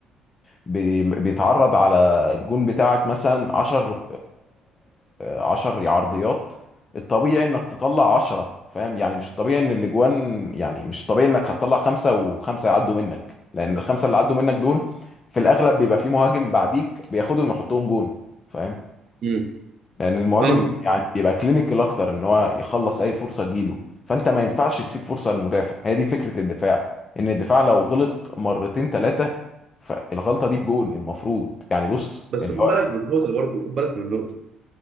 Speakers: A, on the left; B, on the right.
A: بي- بيتعرض على الجون بتاعك مثلا 10 10 عرضيات الطبيعي انك تطلع 10 فاهم يعني مش الطبيعي ان الاجوان يعني مش الطبيعي انك هتطلع خمسة وخمسة يعدوا منك لان الخمسة اللي عدوا منك دول في الاغلب بيبقى في مهاجم بعديك بياخدهم يحطهم جون فاهم
B: امم
A: لان المهاجم
B: فاهم
A: يعني
B: فاهم.
A: بيبقى كلينيكال اكتر ان هو يخلص اي فرصه تجيله فانت ما ينفعش تسيب فرصه للمدافع هي دي فكره الدفاع ان الدفاع لو غلط مرتين ثلاثه فالغلطه دي بجون المفروض يعني بص
B: بس
A: اللي
B: خد
A: هو
B: بالك
A: ايه
B: من النقطه برضه خد بالك من النقطه